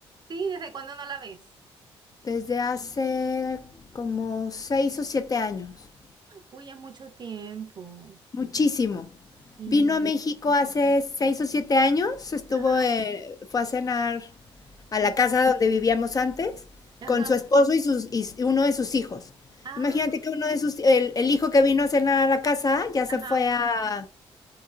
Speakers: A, on the right (about 40°); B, on the left (about 35°).
A: Sí, ¿desde cuándo no la ves?
B: desde hace como seis o siete años,
A: Uy, es mucho tiempo.
B: muchísimo.
A: Sí.
B: Vino a México hace seis o siete años, estuvo,
A: Ajá.
B: eh, fue a cenar a
A: ujú,
B: la casa donde vivíamos antes
A: Ajá.
B: con su esposo y, sus, y uno de sus hijos.
A: Ah,
B: Imagínate que uno de sus, el, el hijo que vino a cenar a la casa ya
A: ajá.
B: se fue a,